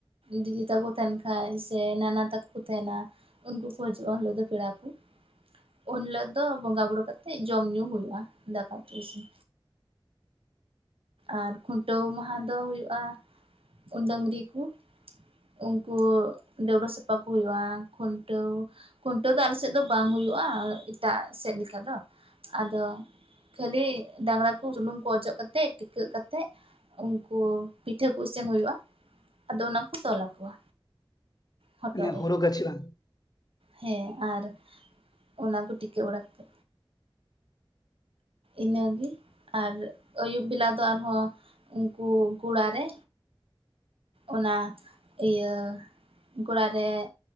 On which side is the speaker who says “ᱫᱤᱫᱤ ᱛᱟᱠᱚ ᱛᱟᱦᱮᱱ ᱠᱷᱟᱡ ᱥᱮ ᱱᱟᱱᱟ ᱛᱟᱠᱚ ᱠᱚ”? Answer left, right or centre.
Right